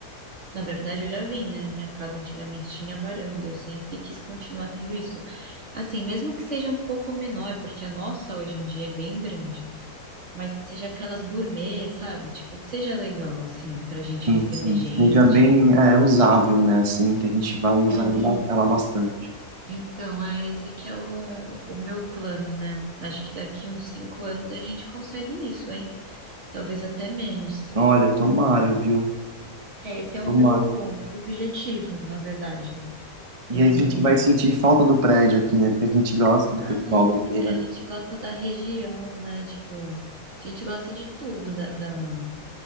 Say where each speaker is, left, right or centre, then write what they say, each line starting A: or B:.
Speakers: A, on the right (about 50°); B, on the right (about 25°).
A: Na verdade, eu já vim, né? Minha casa antigamente tinha varanda e eu sempre quis continuar tendo isso. Assim, mesmo que seja um pouco menor, porque a nossa hoje em dia é bem grande mas que seja aquelas gourmet, sabe? Tipo, que seja legal, assim, pra gente
B: Sim,
A: receber
B: sim,
A: gente.
B: seja bem é, usável, né? Assim, que a gente vai usar
A: É.
B: ele ba- ela bastante.
A: Então, é, esse aqui é o, o meu plano, né? Acho que daqui uns cinco anos a gente consegue isso, hein? Talvez até menos.
B: Olha, tomara, viu?
A: É, esse é o
B: Tomara.
A: meu objetivo, na verdade.
B: E
A: Entre,
B: a gente vai sentir falta do prédio aqui, né? Porque a gente gosta do
A: ah,
B: pessoal
A: não,
B: daqui,
A: a
B: né?
A: gente gosta da região, né? Tipo, a gente gosta de tudo da, da-